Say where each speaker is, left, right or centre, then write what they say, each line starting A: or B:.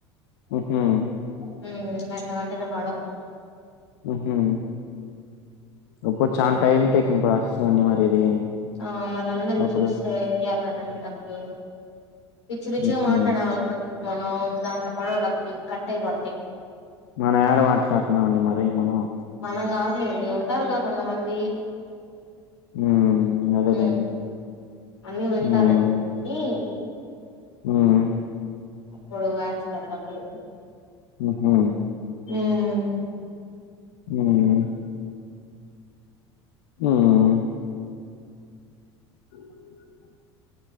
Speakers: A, on the left (about 60°); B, on the left (about 75°).
A: ఉహుం
B: హ్మ్మ్ వెంట వెంటనే పడవు
A: ఉహుం ఉప్పుడ్ చానా టైం టేకింగ్ ప్రాసెస్ అండి మరి ఇది
B: ఆ మన అందరి
A: అప్పుడు
B: చూసే అన్ని డబ్బులు పిచ్చి పిచ్చిగా
A: ఉహు
B: మాట్లాడ ఆమె తో మనం దాంట్లో పడవు డబ్బులు కట్ అయి పడతాయి
A: మనం ఏడ మాట్లాడుతున్నామండి మరి మనం
B: మనం కాదులేండి ఉంటారుగా కొంతమంది
A: ఉమ్ అదేలేండి
B: ఉమ్ అన్ని వింటారండి
A: ఉమ్
B: కానీ
A: ఉమ్
B: అప్పుడు వేస్తారు డబ్బులు
A: హు హు
B: ఉమ్
A: ఉమ్ మ్మ్ <inaudible>